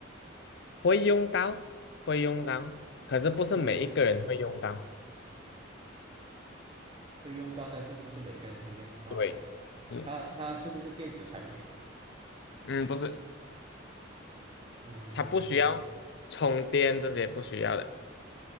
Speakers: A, on the left; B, on the right.
A: 会用到，会用到，可是不是每一个人会用到，
B: 会会用到，但是不是每个人会用到？
A: 对，嗯
B: 它它是不是电子产品？
A: 嗯，不是，
B: 嗯，
A: 它不需要充电，这些不需要的，